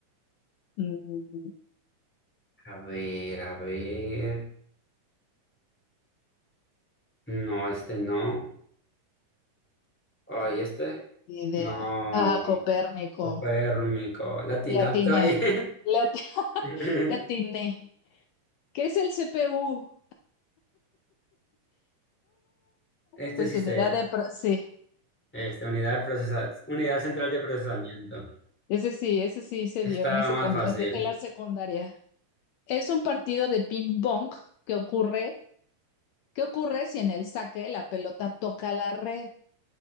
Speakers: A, on the left; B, in the centre.
A: Mm,
B: A ver, a ver. No, este no. Ay, este.
A: ni idea.
B: No.
A: Ah, Copérnico.
B: Copérnico. Latinato.
A: La atiné.
B: oye.
A: La at- <laughs>
B: <laughs>
A: la atiné. ¿Qué es el CPU?
B: Este
A: Pues
B: sí
A: unidad
B: sé.
A: de... pro- sí,
B: Este, unidad de procesa- unidad central de procesamiento.
A: ese sí, ese sí se
B: Este
A: vio
B: estaba
A: en la secundaria,
B: más fácil.
A: en la secundaria. Es un partido de ping-pong que ocurre ¿Qué ocurre si en el saque la pelota toca la red?